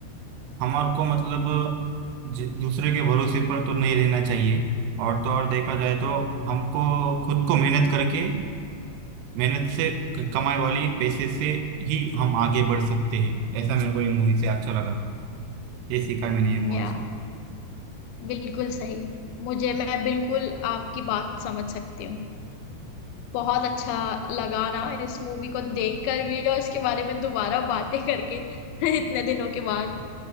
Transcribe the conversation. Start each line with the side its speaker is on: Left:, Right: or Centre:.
Right: हमारे को मतलब ज- दूसरे के भरोसे पर तो नहीं रहना चाहिए और तो और देखा जाए तो हमको खुद को मेहनत करके मेहनत से क- कमाई वाली पैसे से ही हम आगे बढ़ सकते हैं ऐसा मेरे को ये मूवी से अच्छा लगा ये सीखा मैंने ये मूवी
Left: या
Right: से
Left: बिल्कुल सही मुझे मैं बिल्कुल आपकी बात समझ सकती हूँ बहुत अच्छा लगा ना इस मूवी को देखकर भी और इसके बारे में दोबारा बातें करके <laughs> इतने दिनों के बाद